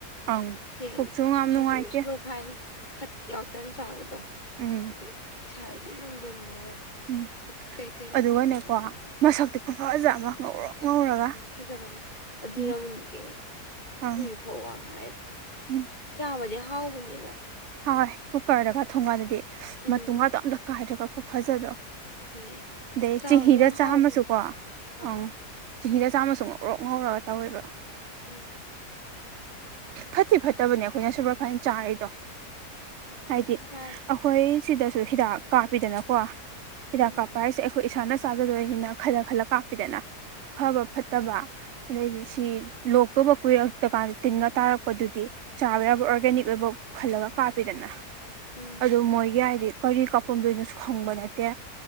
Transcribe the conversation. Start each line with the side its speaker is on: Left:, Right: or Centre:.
Right: ꯑꯪ
Left: ꯆꯦꯡ
Right: ꯄꯨꯛꯁꯨ ꯌꯥꯝ
Left: <unintelligible>
Right: ꯅꯨꯡꯉꯥꯏꯇꯦ
Left: ꯁꯨꯄꯔꯚꯥꯏꯟ ꯈꯠ ꯌꯥꯎꯇꯅ ꯆꯥꯕꯗꯣ
Right: ꯎꯝ
Left: ꯍꯥꯏꯗꯤ ꯏꯁꯥꯗꯁꯨ ꯏꯔꯨꯝ ꯂꯨꯝꯃꯒ
Right: ꯎꯝ
Left: ꯄꯨꯛ ꯀꯩꯀꯩ ꯅꯨꯡꯉꯥꯏꯇꯕꯅꯦꯕ
Right: ꯑꯗꯨꯒꯅꯦꯀꯣ ꯃꯁꯛꯇꯤ ꯈꯨꯐꯖ ꯑꯃ ꯉꯧꯔꯣꯛ ꯉꯧꯔꯒ
Left: ꯆꯨꯖꯕꯅꯦ ꯑꯗꯨꯅꯕꯨꯅꯤ
Right: ꯎꯝ
Left: ꯀꯩꯅꯣ
Right: ꯑꯪ
Left: ꯊꯣꯏꯕꯤ ꯐꯧ ꯋꯥꯡ ꯍꯥꯏꯗ
Right: ꯎꯝ
Left: ꯆꯥꯕꯗꯤ ꯍꯥꯎꯕꯅꯦꯕ
Right: ꯍꯥꯎꯋꯦ ꯀꯨꯀꯔꯗꯒ ꯊꯣꯡꯀꯥꯟꯗꯗꯤ
Left: ꯎꯝ
Right: ꯃꯇꯨꯝꯒꯥꯗꯣ ꯑꯝꯇ ꯀꯥꯏꯗ꯭ꯔꯒ ꯈꯨꯐꯖꯗꯣ
Left: ꯍꯣꯏꯌꯦ
Right: ꯑꯗꯩ
Left: ꯆꯥꯕꯗꯤ
Right: ꯆꯤꯡꯍꯤꯗ
Left: ꯌꯥꯝ
Right: ꯆꯥꯝꯃꯁꯨꯀꯣ
Left: ꯍꯥꯎꯕꯅꯦ ꯑꯥ
Right: ꯑꯪ ꯆꯤꯡꯍꯤꯗ ꯆꯥꯝꯁꯨ ꯉꯧꯔꯣꯛ ꯉꯧꯔꯒ ꯇꯧꯋꯦꯕꯥ
Left: ꯎꯝ
Right: ꯐꯠꯇꯤ ꯐꯠꯇꯕꯅꯦ ꯑꯩꯈꯣꯏꯅ ꯁꯨꯄꯔ ꯐꯥꯏꯟ ꯆꯥꯔꯤꯗꯣ
Left: ꯑꯩꯈꯣꯏ
Right: ꯍꯥꯏꯗꯤ
Left: ꯏꯁꯥ
Right: ꯑꯩꯈꯣꯏ ꯁꯤꯗꯁꯨ ꯍꯤꯗꯥꯛ ꯀꯥꯞꯄꯤꯗꯅꯀꯣ
Left: ꯎꯝ
Right: ꯍꯤꯗꯥꯛ ꯀꯥꯞꯄ ꯍꯥꯏꯁꯦ ꯑꯩꯈꯣꯏ ꯏꯁꯥꯅ ꯆꯥꯖꯗꯣꯏꯅꯤꯅ ꯈꯜꯂ ꯈꯜꯂ ꯀꯥꯞꯄꯤꯗꯅ ꯐꯕ ꯐꯠꯇꯕ ꯑꯗꯩꯗꯤ ꯁꯤ ꯂꯣꯛꯇꯧꯕ ꯀꯨꯏꯔꯛꯇ ꯀꯥꯟꯗ ꯇꯤꯟꯒ ꯇꯥꯔꯛꯄꯗꯨꯗꯤ ꯆꯥꯕ ꯌꯥꯕ ꯑꯣꯔꯒꯥꯅꯤꯛ ꯑꯣꯏꯕ ꯈꯜꯂꯒ ꯀꯥꯞꯄꯤꯗꯅ
Left: ꯎꯝ
Right: ꯑꯗꯨ ꯃꯣꯏꯒꯤ ꯑꯥꯏꯗꯤ ꯀꯔꯤ ꯀꯥꯞꯄꯝꯗꯣꯏꯅꯣꯁꯨ ꯈꯪꯕ ꯅꯠꯇꯦ